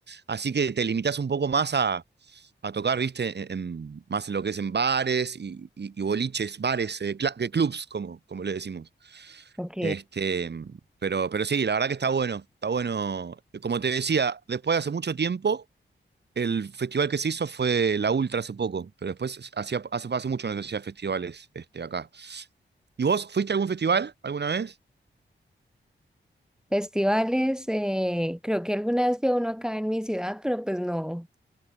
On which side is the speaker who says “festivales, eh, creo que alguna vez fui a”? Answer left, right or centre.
Centre